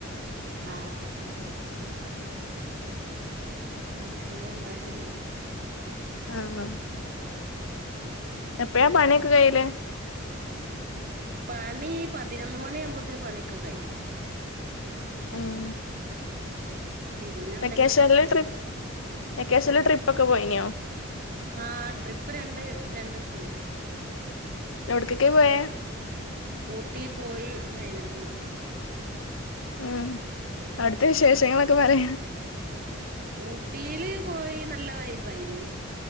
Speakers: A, on the right; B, on the left.
A: ആഹ് പിന്നെ അങ്ങനെ ഉണ്ടാക്കലില്ല.
B: ആ ആ എപ്പഴാ പണിയൊക്കെ കഴിയല്.
A: പണി പതിനൊന്ന് മണി ആവുമ്പോത്തിരി പണിയൊക്കെ കഴിയും
B: ഉം
A: പിന്നെ എന്തെങ്കിലും
B: വെക്കേഷനില് ട്രിപ്പ്‌ വെക്കേഷനില് ട്രിപ്പ് പ്പൊക്കെ പോയിനോ?
A: ആ ട്രിപ്പ് രണ്ട് രണ്ട് സം പോയി.
B: എവിടത്തെക്ക പോയേ?
A: ഊട്ടി പോയി, വയനാട് പോയി.
B: ഉം അവിടുത്തെ വിശേഷങ്ങളൊക്കെ പറയാ
A: ഊട്ടിയില് പോയി നല്ല വൈബ് ആയിന്.